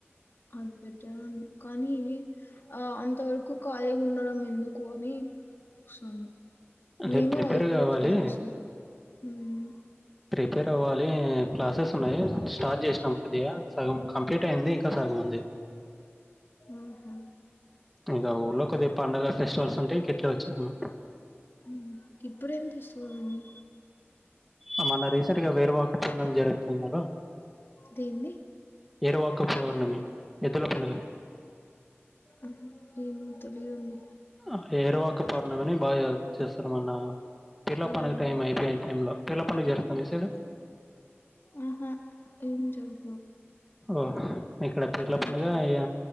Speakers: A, on the left (about 55°); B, in the centre.
A: అది బెట్టరండి కానీ ఆ అంతవరకు ఖాళీ ఉండడం ఎందుకు అని చూస్తన
B: అంటే
A: నేను
B: ప్రిపేర్
A: అవి కూడా
B: కావాలి
A: ట్రై చేస్నా ఊమ్
B: ప్రిపేర్ అవ్వాలి క్లాసెస్ ఉన్నాయి స్టార్ట్ చేసినాం కొద్దిగా సగం కం పీట్ అయింది ఇంకా సగముంది
A: ఆహ్
B: ఇంకా ఊర్లో కొద్ది పండగ ఫెస్టివల్స్ ఉంటే ఇంకెట్లా వచ్చినాము
A: ఉహు ఇప్పుడేం ఫెస్టివలండి
B: అ మన రీసెంట్ గా వేరువాక పూర్ణమి జరుపుతున్నరు
A: దేంది
B: ఎరువాక పౌర్ణమి ఎద్దుల పండగ
A: అహ ఏమో తెలీదండి
B: అహ్ ఏరువాకపౌర్ణమి అని బాగా చేస్తారు మన్న పీర్ల
A: ఓహో
B: పండగ టైం అయిపోయిన టైంలో పీర్ల పండుగ జరుగుత మీ సైడు
A: ఆహా ఏం జరుగవ్
B: ఓహ్ ఇక్కడ పీర్ల పండగ
A: మ్మ్.
B: ఇ య